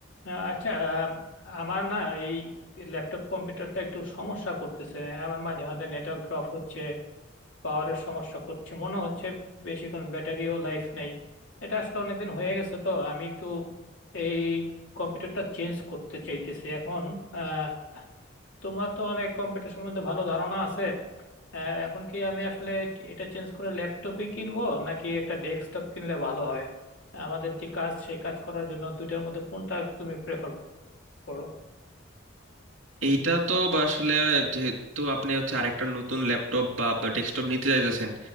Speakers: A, on the left; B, on the right.
A: আহ, আচ্ছা আম, আমার না এই ল্যাপটপ কম্পিউটারটা একটু সমস্যা করতেছে আমার মাঝে মাঝে নেটওয়ার্ক ড্রপ হচ্ছে পাওয়ারের সমস্যা করছে মনে হচ্ছে বেশিক্ষণ ব্যাটারিও লাইফ নেই এটা আসলে অনেকদিন হয়ে গেছে তো আমি একটু এই কম্পিউটারটা চেঞ্জ করতে চাইতেছি এখন আহ, তোমার তো অনেক কম্পিউটার সম্বন্ধে ভালো ধারণা আছে আহ, এখন কি আমি আসলে এটা চেঞ্জ করে ল্যাপটপই কিনবো নাকি একটা ডেস্কটপ কিনলে ভালো হয় আমাদের যে কাজ সেই কাজ করার জন্য দুইটার মধ্যে কোনটা তুমি প্রেফার করো
B: এইটা তো বা আসলে যেহেতু আপনি হচ্ছে আরেকটা নতুন ল্যাপটপ বা ডেস্কটপ নিতে চাইতেছেন